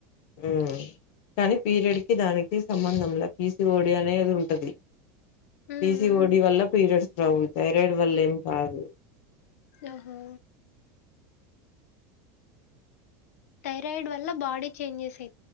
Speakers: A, on the left; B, on the left.
A: ఉ కానీ పీరియడ్ కి దానికి సంబంధం లే పీసి ఓడి అనేది ఉంటది
B: హ్మ్.
A: పీసి
B: హ్మ్.
A: ఓడి వల్ల పీరియడ్స్ రావు థైరాయిడ్ వల్ల ఏం కాదు
B: ఓహో థైరాయిడ్ వల్ల బాడీ చేంజెస్ అయి